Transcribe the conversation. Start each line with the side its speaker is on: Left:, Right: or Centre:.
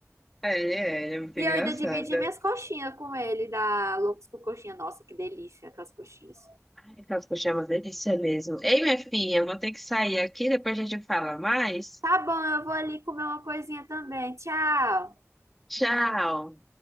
Centre: É, é, ele é muito
Right: E
Centre: engraçada.
Right: eu ainda dividi minhas coxinhas com ele, da Loucos por Coxinha. Nossa, que delícia aquelas coxinhas.
Centre: Ai, aquelas coxinhas é uma delícia mesmo. Ei, minha filha, eu vou ter que sair aqui, depois a gente fala mais.
Right: Tá bom, eu vou ali comer uma coisinha também. Tchau.
Centre: Tchau.